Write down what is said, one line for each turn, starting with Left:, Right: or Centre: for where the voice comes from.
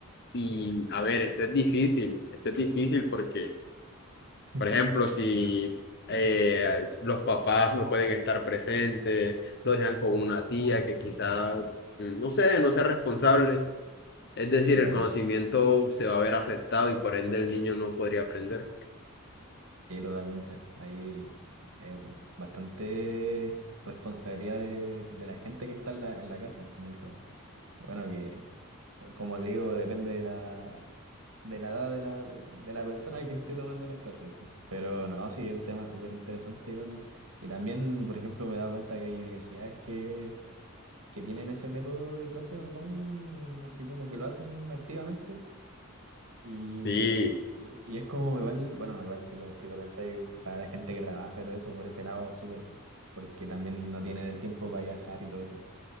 Left: Y a ver, esto es difícil, esto es difícil porque...
Right: <laughs>
Left: Por ejemplo, si eh, los papás no pueden estar presentes, lo dejan con una tía que quizás, mm, no sé, no sea responsable. Es decir,
Right: claro,
Left: el conocimiento se va a ver afectado y por ende el niño no podría aprender.
Right: sí, totalmente. Ahí eh, bastante responsabilidad de, de la gente que está en la, en la casa, al fin y al cabo. Bueno, que eh, como te digo, depende de la, de la edad de la, de, de la persona que esté tomando las clases, pues. Pero no, sí, es un tema súper interesante igual. Y también, por ejemplo, me he dado cuenta que hay universidades que, que tienen ese método de clase online, así como que lo hacen activamente. Y,
Left: Sí,
Right: y, y es como igual, bueno, igual si lo, si lo pensáis para la gente que trabaja y todo eso, por ese lado, súper, porque también no tienen el tiempo para viajar y todo eso.